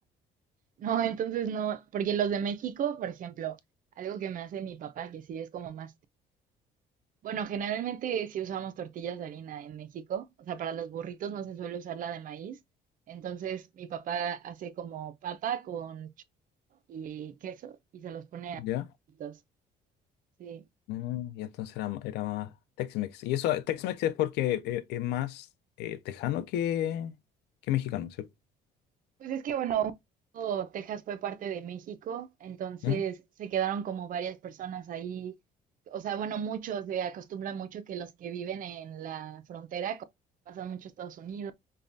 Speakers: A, on the right (about 55°); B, on the left (about 80°).
A: No, entonces no, porque los de México, por ejemplo, algo que me hace mi papá, que sí es como más Bueno, generalmente si usamos tortillas de harina en México, o sea, para los burritos no se suele usar la de maíz. Entonces mi papá hace como papa con chorizo y queso y se los pone
B: ¿Ya?
A: a los burritos. Sí.
B: Mm, y entonces era, ma- era más Tex-Mex. Y eso, Tex-Mex es porque eh, es más eh, tejano que, que mexicano, ¿cierto?
A: Pues es que bueno, un tiempo Texas fue parte de México, entonces
B: ¿Mm?
A: se quedaron como varias personas ahí. O sea, bueno, muchos se acostumbran mucho que los que viven en la frontera pasan mucho a Estados Unidos